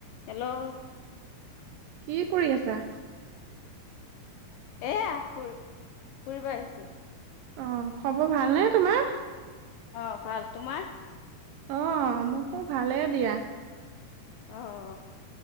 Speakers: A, on the left; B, on the right.
A: Hello,
B: কি কৰি আছা।
A: এয়া ফুৰি - ফুৰিব আহিছো।
B: অ, খবৰ ভালনে তোমাৰ?
A: অ ভাল তোমাৰ।
B: অ', মোকো ভালে দিয়া।
A: অহ ',